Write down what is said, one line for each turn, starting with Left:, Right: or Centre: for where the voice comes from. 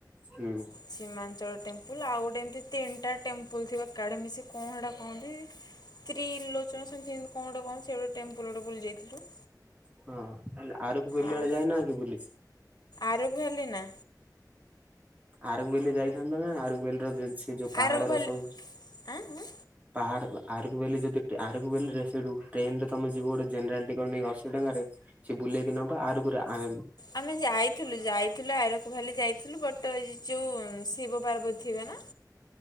Right: ହୁଁ।
Left: ସୀମାଞ୍ଚଳ ଟେମ୍ପୁଲ, ଆଉ ଗୋଟେ ଏମିତି ତିନିଟା ଟେମ୍ପୁଲ ଥିବା ଏକାଢେ ମିଶି କ'ଣ ହେଟା କହନ୍ତି? ତ୍ରିଲୋଚନ ସେମିତି କିନ୍ତୁ କ'ଣ ଗୋଟେ କହନ୍ତି ସେ ଗୋଟେ ଟେମ୍ପୁଲ ଗୋଟେ ବୁଲି ଯାଇଥିଲୁ।
Right: ହଁ, ଆରକ ଭ୍ୟାଲି
Left: ଆଉ
Right: ବଡେ ଯାଇନ କି ବୁଲି?
Left: ଆରକ ଭ୍ୟାଲି, ନାଁ।
Right: ଆରକ ଭ୍ୟାଲି ଯାଇଥାନ୍ତ ନା ଆରକ ଭ୍ୟାଲିର ସେ ଯୋଉ ପାହାଡର
Left: ଆରକ ଭ୍ୟାଲି
Right: ସବୁ
Left: ଆଁ ଆଁ
Right: ପାହାଡ ଆରକୁ ଭ୍ୟାଲି ଯଦି ଟେ ଆରକୁ ଭ୍ୟାଲିରେ ସେଇଠୁ ଟ୍ରେନରେ ତମେ ଯିବ ଗୋଟେ ଜେନେରାଲ ଟିକଟ ନେଇ ଅଶୀ ଟଙ୍କାରେ। ସିଏ ବୁଲେଇକି ନବ ଆରୁକୁରେ ଆଁ।
Left: ଆମେ ଯାଇଥିଲୁ ଯାଇ ଥିଲୁ ଆରକ ଭ୍ୟାଲି ଯାଇଥିଲୁ ବଟ ଏ ଯୋଉ ଶିବ ପାର୍ବତୀ ଥିବେ ନା।